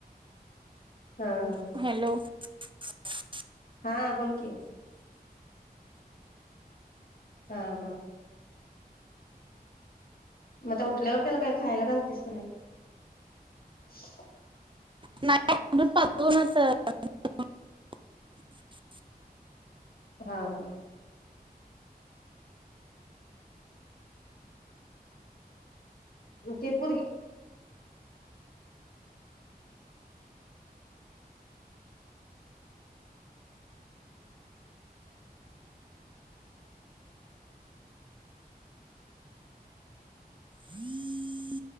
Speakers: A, on the left; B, on the right.
A: हा हा.
B: हॅलो <inaudible>
A: हा बोलकी. हा हा. मग त्या उठल्यावर त्याला काय खायला घालतेस का नाही. <unintelligible>
B: नाही. आ दूध तापवलं अ अ अ आ. <unintelligible>
A: हा हा. म ते पोरगी
B: हम्म <unintelligible>